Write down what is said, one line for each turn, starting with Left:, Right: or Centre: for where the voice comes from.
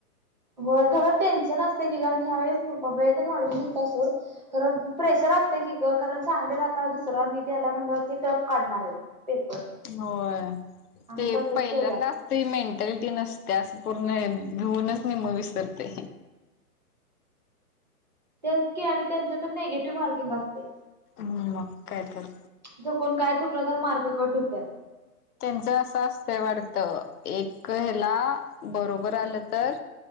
Right: होय खरं टेन्शन असतय की आणि द्या वेळी वेळ तेन वाढून दिलता सोड. खरं प्रेशर असतय की ग कारण सांगितल्या आता दुसऱ्या नीट याला म्हणल्यावर ते टप काढणार आहेत. पेपर
Left: होय
Right: आणि
Left: ते
Right: तसंच
Left: पहिल्यांदा
Right: केल्यात
Left: ती मेंटॅलिटी नसते असं पूर्ण भिऊनच निम विसरते
Right: ते असते आणि त्यांच तर निेगेटिव्ह मार्किंग असते.
Left: हम्म मग काय तर
Right: चकून काय चुकलं तर मार्क कट होत्या
Left: त्यांचं असं असतंय वाटतं एक ह्याला बरोबर आलं तर